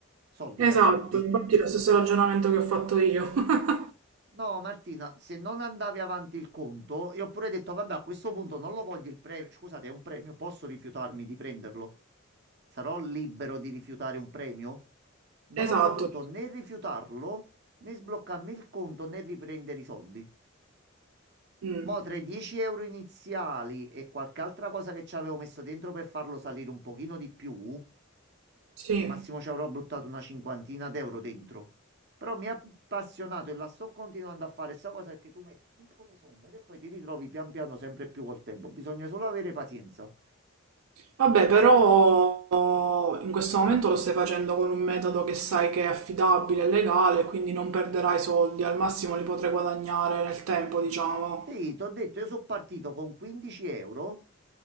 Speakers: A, on the right (about 50°); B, on the right (about 80°).
A: Soldi
B: Esatto,
A: per soldi?
B: infatti è lo stesso ragionamento che ho fatto io. <laughs>
A: No, Martina, se non andavi avanti il conto, io ho pure detto, vabbè, a questo punto non lo voglio il premio. Scusate, è un premio, posso rifiutarmi di prenderlo? Sarò libero di rifiutare un premio? Non
B: Esatto,
A: ho potuto né rifiutarlo, né sbloccarmi il conto, né riprendere i soldi.
B: Mm,
A: Mo' tra i 10 euro iniziali e qualche altra cosa che ci avevo messo dentro per farlo salire un pochino di più,
B: sì.
A: Massimo ci avrò buttato una cinquantina d'euro dentro. Però mi ha appassionato e la sto continuando a fare. Sta cosa è che tu metti piccole somme e poi ti ritrovi pian piano sempre più col tempo. Bisogna solo avere pazienza.
B: Vabbè, però in questo momento lo stai facendo con un metodo che sai che è affidabile e legale, quindi non perderai soldi, al massimo li potrai guadagnare nel tempo, diciamo.
A: Sì, ti ho detto, io sono partito con 15 euro.